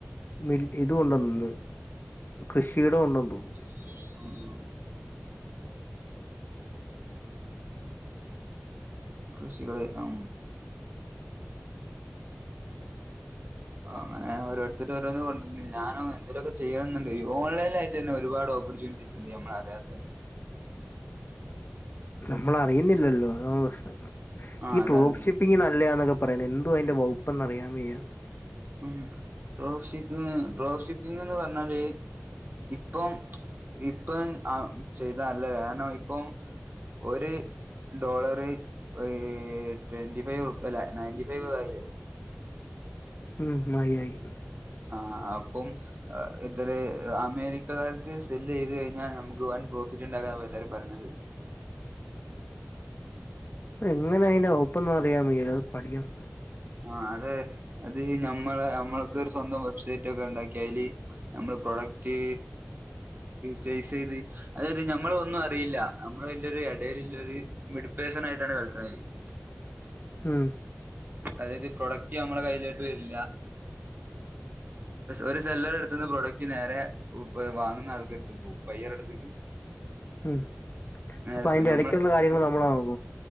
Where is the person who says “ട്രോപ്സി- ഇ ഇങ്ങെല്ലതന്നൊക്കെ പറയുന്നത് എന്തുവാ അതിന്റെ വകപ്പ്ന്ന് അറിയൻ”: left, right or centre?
Left